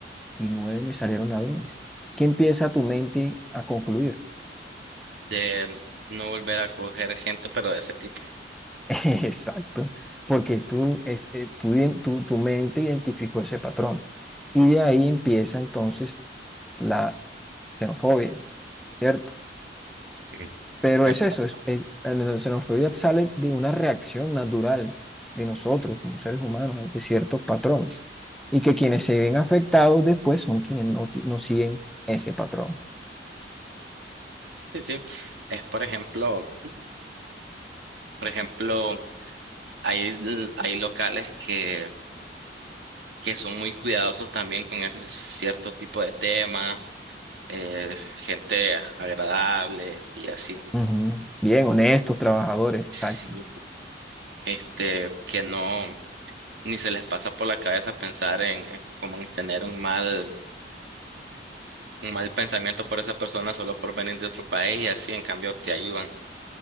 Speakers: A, in the centre; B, on the right.
A: y 9 me salieron ladrones. ¿Qué empieza tu mente a concluir?
B: De no volver a coger gente, pero de ese tipo.
A: <laughs> Exacto, porque tú, es, eh, tú iden- tu, tu mente identificó ese patrón y de ahí empieza entonces la xenofobia, ¿cierto?
B: Sí.
A: Pero
B: Exacto.
A: es eso, es, es- la xenofobia sale de una reacción natural de nosotros como seres humanos ante ciertos patrones y que quienes se ven afectados después son quienes no, ti- no siguen ese patrón.
B: Sí, sí. Es por ejemplo, por ejemplo, hay, l- hay locales que, que son muy cuidadosos también con ese cierto tipo de temas, eh, gente agradable y así.
A: Ujú. Bien, honestos, trabajadores, exacto,
B: Sí, este, que no, ni se les pasa por la cabeza pensar en, en como en tener un mal un mal pensamiento por esa persona solo por venir de otro país y así en cambio te ayudan.